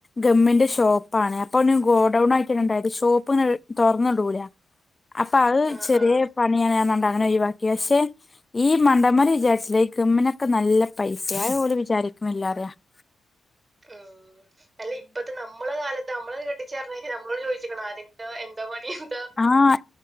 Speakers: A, on the left; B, on the right.
A: ഗമ്മിന്റെ ഷോപ്പാണ് അപ്പൊ ഓന് ഗോഡൌൺ ആയിട്ടാ ബണ്ടായത് ഷോപ്പ് ഇങ്ങനെയ് തൊർന്ന് ഇടൂല്ല അപ്പൊ അഅ്
B: ആഹ്
A: ചെറിയ
B: ആഹ്
A: പണിയാണ് ന്നർഞ്ഞാണ്ട് അങ്ങനെ ഒഴിവാക്കി പക്ഷെ ഈ മണ്ടന്മാര് വിചാരിചില്ല ഈ ഗമ്മിനൊക്കെ നല്ല പൈസാ അഅ് ഓല് വിചാരിക്ക്ണില്ലാർയാ <inaudible>
B: ഉം അല്ല ഇപ്പത്തെ ന്നം നമ്മള കാലത്ത് നമ്മളെകെ കെട്ടിച്ചാന്നർഞ്ഞയ്ഞാ നമ്മളോട് ചോദിച്ചിക്ക്‌ണാ ആരെക്കേ എന്താ പണീന്ന്
A: ആഹ്